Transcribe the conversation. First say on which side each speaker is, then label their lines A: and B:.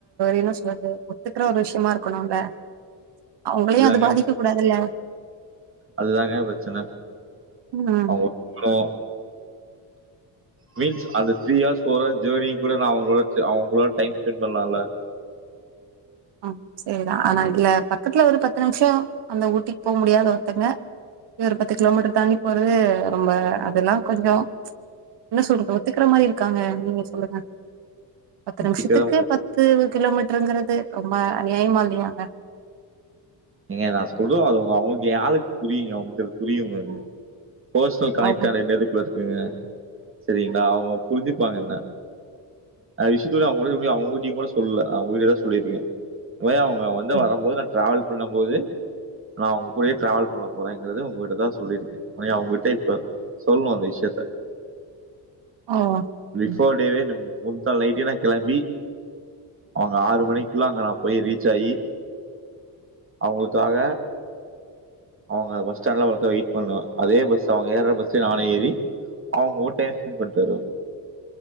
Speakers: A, on the right; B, on the right.
A: என்ன சொல்றது ஒத்துக்கற ஒரு விஷ்யமா இருக்கணுல அவுங்களையு‌
B: இதுதாங்க
A: அது பாதிக்க கூடாதுல்ல
B: அதுதாங்க ப்ரச்சன
A: ம்
B: அவ்ங்க மீன்ஸ் அந்த த்ரீ யர்ஸ் ஜர்னி கூட நா அவங்களோட அவங்களோட டைம் ஸ்பெண்ட் பண்லால
A: ம் சரிதா ஆனா இதுல பக்கத்துல ஒரு பத்து நிம்ஷோ அந்த ஊட்டிக் போக முடியாத ஒத்தங்க இ ஒரு பத்து கிலோமீட்டர் தாண்டி போறது ரொம்ப அதல்லா கொஞ்சோ என்ன சொல்ற ஒத்துக்ற மாரி இருக்காங்க நீங்க சொல்லுங்க பத்து நிம்ஷத்துக்கு
B: சீக்கிரம்
A: பத்து கிலோமீட்ருங்குறது ரொம்ப அநியாயமா இல்லயாங்க
B: ஏங்க நா சொல்றே அதுங்க அவங்களுக்கு யாருக்கு புரியுங்க அவங்களுக்கு புரியு அது பர்ஸ்னல் கனைட்
A: அவங்க
B: <unintelligible> இரு சரிங்களா அவங்க புரிஞ்சிப்பாங்க என்ன அ விஷ்யத்த அவங்க கூட சொல்லி அவங்க வீட்டையும் கூட சொல்லல அவங்க வீட்ட தா சொல்லியிருக்கே யா அவ்ங்க வந்து
A: ம்.
B: வரும்போது நா ட்ராவல் பண்ணம்போது நா அவ்ங்க கூடே ட்ராவல் பண்ண போறங்கறது உங்ககிட்டதா சொல்லியிருக்கே அவங்ககிட்ட இப்ப சொல்லணு அந்த விஷயத்த
A: ஓ ம்.
B: ஃபிபோர் டேவே முன தா லைட்டே நா களம்பி அவங்க ஆறு மணிக்குள்ள அங்க நா போய் ரீச் ஆகி அவங்களுக்காக அவ்ங்க பஸ் ஸ்டாண்ட்ல ஒரு வெயிட் பண்ணுவ அதே பஸ் அவுங்க ஏற பஸ்லய நானு ஏறி அவங்க கூட டைம் ஸ்பெண்ட் பண்ணிட்டுவ